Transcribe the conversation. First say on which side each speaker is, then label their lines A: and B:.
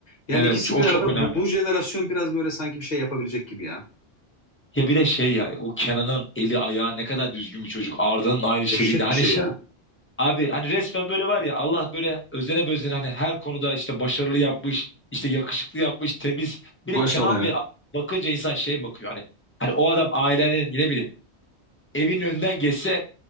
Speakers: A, on the left; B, on the left.
A: Yani
B: Evet
A: ikisi
B: o
A: bir arada
B: çok önemli.
A: bu, bu jenerasyon biraz böyle sanki bir şey yapabilecek gibi ya.
B: Ya bir de şey ya o Kenan'ın eli ayağı ne kadar düzgün bir çocuk. Arda'nın aynı şekilde.
A: Dehşet
B: Hani
A: bir şey
B: şey
A: ya.
B: abi hani resmen böyle var ya Allah böyle özene bezene hani her konuda işte başarılı yapmış, işte yakışıklı yapmış, temiz. Bir
A: Maşallah
B: de Kenan
A: ya.
B: ve bakınca insan şey bakıyor hani hani o adam ailenin ne bileyim evin önünden geçse